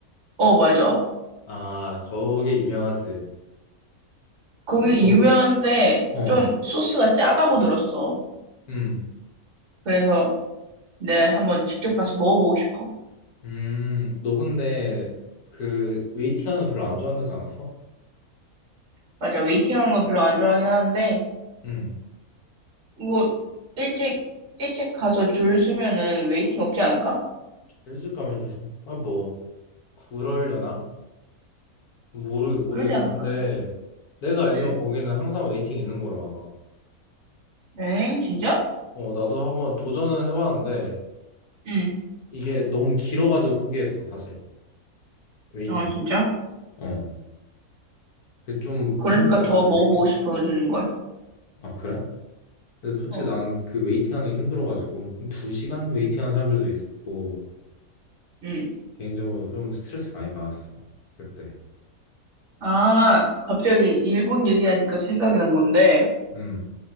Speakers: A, on the right (about 50°); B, on the left (about 85°).
A: 어, 맞아.
B: 아 거기 유명하지.
A: 거기
B: 근데 너 왜-
A: 유명한데
B: 어.
A: 좀 소스가 짜다고 들었어.
B: 음,
A: 그래서 내가 한번 직접 가서 먹어보고 싶어.
B: 음, 너 근데 그 웨이팅하는 거 별로 안 좋아한다지 않았어?
A: 맞아. 웨이팅하는 거 별로 안 좋아하긴 하는데,
B: 음,
A: 뭐, 일찍, 일찍 가서 줄 서면은 웨이팅 없지 않을까?
B: 일찍 가면 조심. 아, 뭐 그럴려나? 모르 모르겠다.
A: 그러지 않을까?
B: 근데 내가 알기론
A: 응.
B: 거기는 항상 웨이팅 있는 걸로
A: 엥? 진짜?
B: 알아. 어, 나도 한번 도전은 해봤는데
A: 응.
B: 이게 너무 길어가지고 포기했어, 사실. 웨이팅.
A: 아, 진짜?
B: 어, 그게 좀
A: 그러니까
B: 힘들더라고,
A: 더
B: 솔직히.
A: 먹어보고 싶어, 주는 걸.
B: 아, 그래? 근데 솔직히
A: 어.
B: 난 그 웨이팅하는 게 힘들어가지고 두 시간 웨이팅하는 사람들도 있었고
A: 응.
B: 개인적으로 좀 스트레스 많이 받았어 그때.
A: 아, 갑자기 일본 얘기하니까 생각이 난 건데,
B: 음.